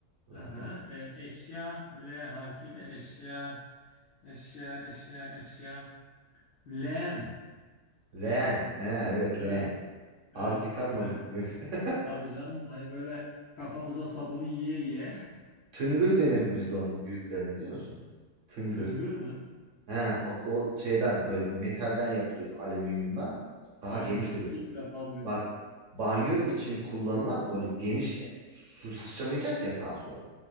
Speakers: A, on the right (about 60°); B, on the left (about 85°).
A: Lale.
B: Aha. E, eşya L harfiyle eşya, eşya, eşya, eşya. Leğen.
A: Leğen. He, evet leğen.
B: Evet,
A: Az
B: evet.
A: yıkanmadık
B: Yani,
A: diyor. <laughs>
B: tabii canım. Hani böyle kafamıza sabunu yiye yiye.
A: Tıngır denirdi bizde onun büyüklerine biliyor musun? Tıngır.
B: <laughs> Tıngır mı?
A: He, bak o şeyden
B: Abi,
A: böyle metalden yapılıyordu. Alüminyumdan. Daha
B: Hayatımda
A: geniş oluyordu.
B: ilk defa duydum.
A: Bak banyo için kullanılan böyle geniş su sıçramayacak ya sağa sola.